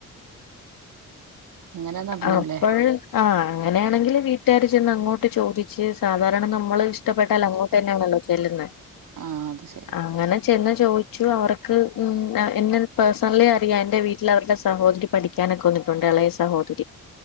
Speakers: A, on the right; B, on the left.
A: അങ്ങനെ നടന്നൂല്ലേ
B: അപ്പൾ ആ അങ്ങനെയാണെങ്കിൽ വീട്ടുകാര് ചെന്ന് അങ്ങോട്ട് ചോദിച്ച് സാധാരണ നമ്മ നമ്മള് ഇഷ്ടപ്പെട്ടൽ അങ്ങോട്ട് തന്നെയാണല്ലോ ചെല്ലുന്നത്.
A: ആഹ് അത് ശരി
B: ആ അങ്ങനെ. ചെന്ന് ചോദിച്ചു അവർക്ക് ഉം എന്നെ പേഴ്സണലി അറിയാം എൻ്റെ വീട്ടിൽ അവരുടെ സഹോദരി പഠിക്കാ ൻ വന്നിട്ടുണ്ട് ഇളയ സഹോദരി